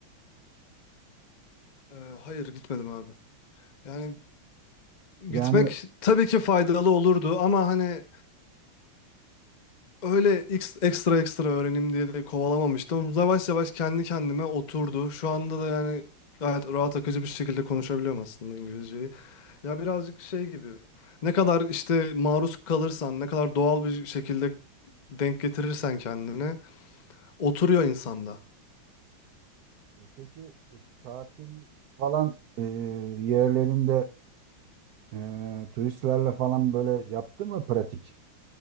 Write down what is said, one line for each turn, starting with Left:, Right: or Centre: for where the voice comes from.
Left: Ee, hayır gitmedim abi. Yani
Right: Yani
Left: gitmek tabii ki faydalı olurdu ama hani Öyle ex- ekstra ekstra öğrenim diye de kovalamamıştım. Yavaş yavaş kendi kendime oturdu. Şu anda da yani gayet rahat akıcı bir şekilde konuşabiliyorum aslında İngilizceyi. Ya birazcık şey gibi. Ne kadar işte maruz kalırsan, ne kadar doğal bir şekilde denk getirirsen kendine oturuyor insanda.
Right: e, peki e, tatil falan e, yerlerinde e, turistlerle falan böyle yaptın mı pratik?